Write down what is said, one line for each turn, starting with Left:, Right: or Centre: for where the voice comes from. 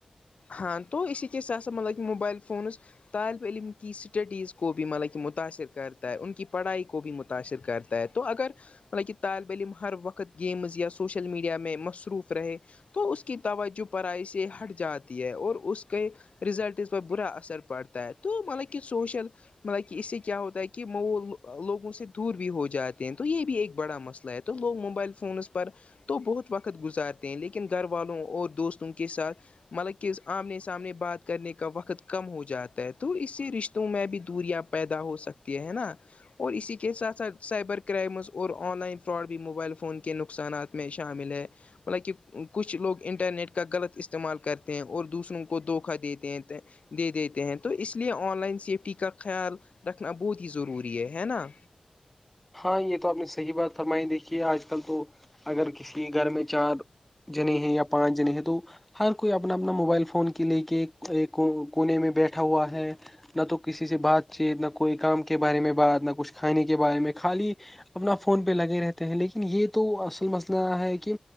Left: ہاں تو اسی کے ساتھ ساتھ مطلب کہ موبائل فونز طالب علم کی اسٹڈیز کو بھی مطلب کہ متاثر کرتا ہے ان کی پڑھائی کو بھی متاثر کرتا ہے تو اگر مطلب کہ طالب علم ہر وقت گیمز یا سوشل میڈیا میں مصصو روف رہے تو اس کی توجہ پرائی سے ہٹ جاتی ہے اور اس کے رزلٹ پر برا اثر پڑتا ہے تو مطلب کہ سوشل مطلب کہ اس سے کیا ہوتا ہے کہ وہ لوگوں سے دور بھی ہو جاتے ہیں تو یہ بھی ایک بڑا مسئلہ ہے تو لوگ موبائل فونز پر تو بہت وقت گزارتے ہیں لیکن گھر والوں اور دوستوں کے ساتھ مطلب کہ آمنے سامنے بات کرنے کا وقت کم ہو جاتا ہے تو اس سے رشتوں میں بھی دوریاں پیدا ہو سکتی ہے ہے نا اور اسی کے ساتھ ساتھ سائبر کرائمس اور آن لائن فراڈ بھی موبائل فون کے نقصانات میں شامل ہے مطل کہ کچھ لوگ انٹرنیٹ کا غلط استعمال کرتے اور دوسروں کو دھوکا دیتے ہیں دے دیتے ہیں تو اس لیے آن لائن سیفٹی کا خیال رکھنا بہت ہی ضروری ہے ہے نا
Centre: ہاں یہ تو آپ نے صحیح بات فرمائی دیکھیے آج کل تو اگر کسی گھر میں چار جنے ہیں یا پانچ جنے ہیں تو ہر کوئی اپنا اپنا موبائل فون کے لے کے ایک کونے میں بیٹھا ہوا ہے نہ تو کسی سے بات چیت نہ کوئی کام کے بارے میں بات نہ کچھ کھانے کے بارے میں خالی اپنا فون پہ لگے رہتے ہیں لیکن یہ تو اصل مسئلہ ہے کہ